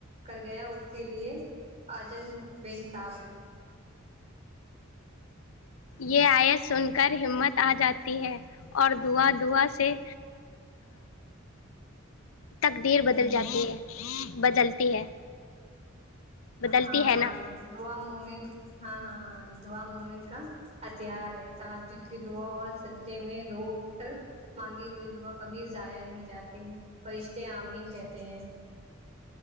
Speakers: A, on the right; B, on the left.
A: کر گیا اس کے لیے آجر بے حساب ہے
B: یہ آیت سن کر ہمت آ جاتی ہے اور دعا دعا سے تقدیر بدل
A: ہوں
B: جاتی ہے بدلتی ہے بدلتی
A: ہاں
B: ہے
A: ہاں
B: نا
A: دعا مومن ہاں ہاں ہاں دعا مومن کا ہتھیار ہے تہاجد کی دعا اور سجدے میں رو کر مانگی ہوئی دعا کبھی ضائع نہیں جاتی فرشتے آمین کہتے ہیں